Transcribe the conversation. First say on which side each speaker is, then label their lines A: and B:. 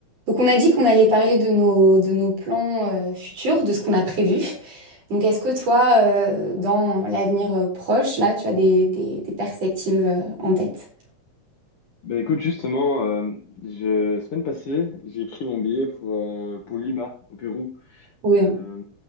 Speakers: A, on the right; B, on the left.
A: Donc on a dit qu'on allait parler de nos, de nos plans euh, futurs, de ce qu'on a prévu. Donc est-ce que toi, euh, dans l'avenir euh, proche, là, tu as des, des- des perspectives euh, en tête?
B: Ben écoute, justement, euh, je, semaine passée, j'ai pris mon billet pour, euh, pour Lima, au Pérou.
A: Oui. hein.
B: Euh,